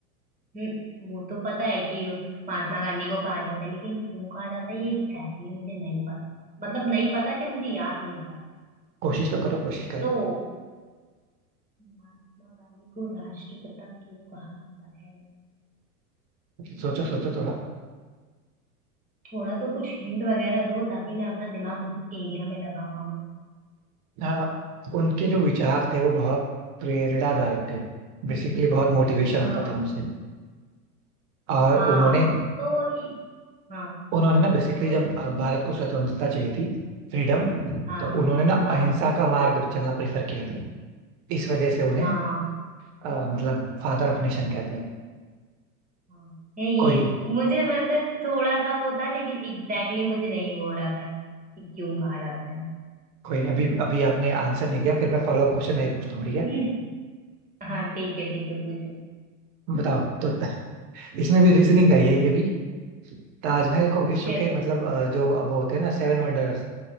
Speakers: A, on the right; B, on the right.
A: हम्म, वो तो पता है कि महात्मा गांधी को कहा जाता है लेकिन क्यों कहा जाता है ये एग्जैक्टली exactly मुझे नहीं पता मतलब नहीं पता कि मुझे याद नहीं आ रहा है
B: कोशिश तो करो कोशिश करो
A: तो महात्मा गांधी को राष्ट्रपिता क्यों कहा जाता है हम्म,
B: सोचो सोचो थोड़ा
A: थोड़ा तो कुछ हिंट वगैरह दो ताकि मैं अपना दिमाग उस एरिया में लगा पाऊँ
B: हाँ, उनके जो विचार थे वो बहुत प्रेरणादायक थे बेसिकली बहुत मोटिवेशन
A: हाँ
B: आता था उनसे और
A: हाँ
B: उन्होंने
A: तो ये- हाँ
B: उन्होंने ना बेसिकली
A: बोलो
B: जब अ, भारत को स्वतंत्रता चाहिए थी फ्रीडम
A: हाँ
B: तो
A: हाँ
B: उन्होंने ना
A: हाँ
B: अहिंसा का मार्ग चलना प्रेफर किया था इस वजह से उन्हें
A: हाँ
B: अ, मतलब फादर ऑफ नेशन कहते हैं
A: हाँ है ये
B: कोई नहीं
A: मुझे वैसे थोड़ा सा वो था लेकिन एग्जैक्टली exactly मुझे नहीं वो हो रहा था कि क्यों कहा जाता है
B: कोई नहीं अभी अभी आपने आंसर नहीं दिया फिर मैं फॉलो अप क्वेश्चन नहीं पूछता हूँ ठीक है
A: हम्म, हाँ ठीक है ठीक है पूछो
B: बताओ तो <laughs> इसमें भी रीजनिंग का ही है ये भी ताजमहल को विश्व
A: चलो
B: के मतलब अ, जो वो होते हैं ना सेवन वंडर्स